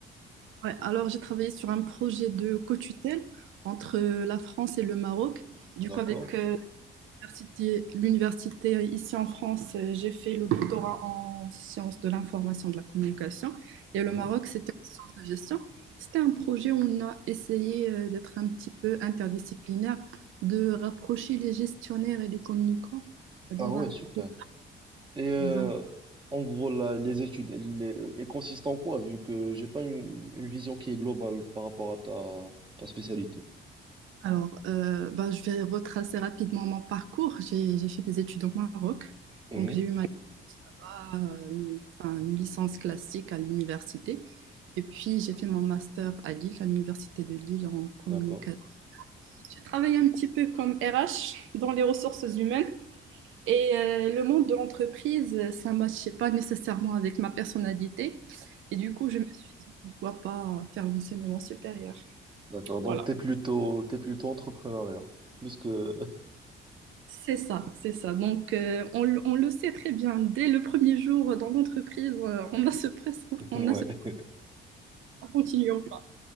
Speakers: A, on the right; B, on the right.
A: Ouais, alors, j'ai travaillé sur un projet de co-tutelle entre euh, la France et le Maroc. Du
B: D'accord.
A: coup, avec euh, l'université, l'université ici en France, euh, j'ai fait le doctorat en sciences de l'information de la communication et le
B: Mhm.
A: Maroc, c'était en sciences de gestion. C'était un projet où on a essayé euh, d'être un petit peu interdisciplinaire, de rapprocher les gestionnaires et les communicants dans
B: Ah ouais,
A: un pro-
B: super. Et euh,
A: dans un projet
B: en gros, là, les études, elles, elles- elles consistent en quoi, vu que j'ai pas une, une vision qui est globale par rapport à ta, ta spécialité?
A: Alors, euh, ben, je vais retracer rapidement mon parcours. J'ai, j'ai fait mes études au Maroc.
B: Mhm.
A: Donc, j'ai eu ma licence là-bas, euh, une, enfin, une licence classique à l'université. Et puis, j'ai fait mon master à Lille, à l'université de Lille en communication.
B: D'accord.
A: J'ai travaillé un petit peu comme RH dans les ressources humaines et euh, le monde de l'entreprise, ça ne matchait pas nécessairement avec ma personnalité. Et du coup, je me suis dit, pourquoi pas faire l'enseignement supérieur.
B: D'accord.
A: Voilà.
B: Donc, t'es plutôt, t'es plutôt entrepreneuriat. Plus que,
A: C'est ça, c'est ça. Donc, euh, on, le on le sait très bien. Dès le premier jour euh, dans l'entreprise, euh, on a ce press,
B: <laughs>
A: on
B: ouais.
A: a ce continuer ou pas.